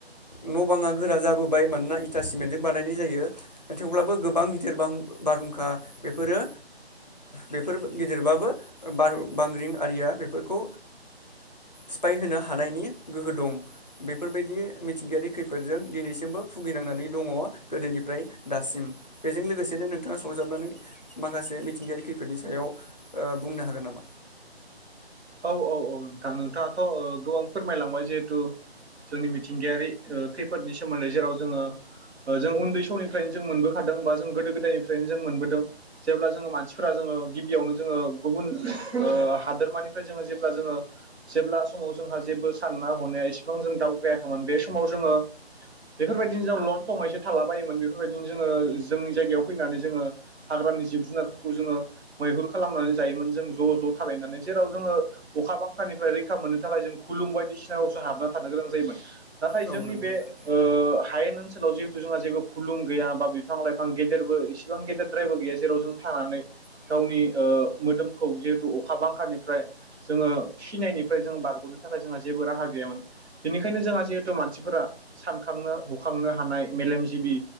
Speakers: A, on the left; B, on the right.
A: न' बाङा गोरा जाबोबाय मानोना इटा सिमेन्टजों बानायनाय जायो थेवब्लाबो गोबां गिदिर बारहुंखा बेफोरो बेफोर गिदिरबाबो बांग्रिं आरिया बेफोरखौ सिफायहोनो हाया। हानायनि गोहो दं बेफोरबायदि मिथिंगायारि खैफोदजों दिनैसिमबो भुगिनांनानै दङ गोदोनिफ्राय दासिम बेजों लोगोसेनो नोंथाङा सरजाबनानै माखासे मिथिंगायारि खैफोदनि सायाव बुंनो हागोन नामा?
B: औ औ औ नोंथां नोंथाङाथ' गोबां फोरमायलांबाय जिहेथु जोंनि मिथिंगायारि खैफोदनि सोमोन्दै जेराव जोङो जों उन्दै समनिफ्रायनो जों मोनबोखादों बा जों गोदो गोदायनिफ्रायनो जों मोनबोदों जेब्ला जोङो मानसिफोरा जोङो गिबियावनो जोङो गुबुन हादोरमानि। फ्राय जोङो जेब्ला जोङो जेब्ला समाव जोंहा जेबो सानना हनाया इसेबां जों दावगायाखैमोन बे समाव जोङो बेफोरबायदिनो जों लन थं थालाबायायोमोन बेफोरबायदिनो जोङो जोंनि जायगायाव फैनानै जोङो हाग्रानि जिब जुनारफोरखौ जोङो मैहुर खालामनानै जायोमोन जों ज' ज' थालायनानै जेराव जोङो अखा बांखानिफ्राय रैखा मोननो थाखाय जों खुलुं बायदिसिना असो हाबना थानो गोनां जायोमोन। नाथाय
A: औ
B: जोंनि
A: नंगौ
B: बे
A: नोंथां।
B: ओ हायेन ओनसोलाव जिहेथु जोंहा जेबो खुलुं गैया बा बिफां लाइफां गेदेरबो इसिबां गेदेरद्रायबो गैया जेराव जों थानानै
A: गैया
B: गावनि मोदोमखौ जिहेतु अखा बांखानिफ्राय जोङो सिनायनिफ्राय जो बारग'नो थाखाय जोंहा जेबो राहा गैयामोन बेनिखायनो जोंहा जिहेथु मानसिफोरा सानखांनो हुखांनो हानाय मेलेमजिबि